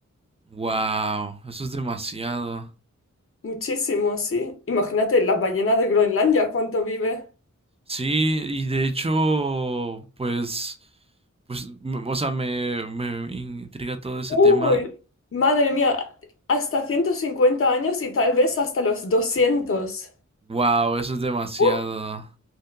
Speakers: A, on the right; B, on the left.
A: Wow, eso es demasiado.
B: Muchísimo, sí. Imagínate la ballena de Groenlandia, ¿cuánto vive?
A: Sí, y de hecho, pues, pues, m- o sea, me, me intriga todo ese
B: Uy,
A: tema.
B: madre mía, hasta 150 años y tal vez hasta los 200.
A: Wow, eso es demasiado.
B: Uh,